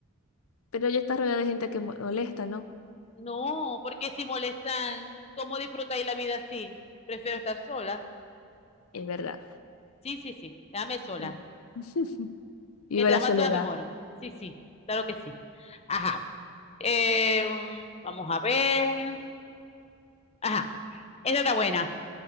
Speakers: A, on the left; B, on the left.
A: Pero ya estás rodeada de gente que mo- molesta, ¿no?
B: No, porque si molestan, ¿cómo disfrutáis la vida así? Prefiero estar sola.
A: Es verdad.
B: Sí, sí, sí, déjame sola.
A: Sí. <laughs> Viva
B: Mientras
A: la soledad.
B: más sola, mejor. Sí, sí, claro que sí. Ajá. Eh, mm, vamos a ver. Ajá, esta está buena.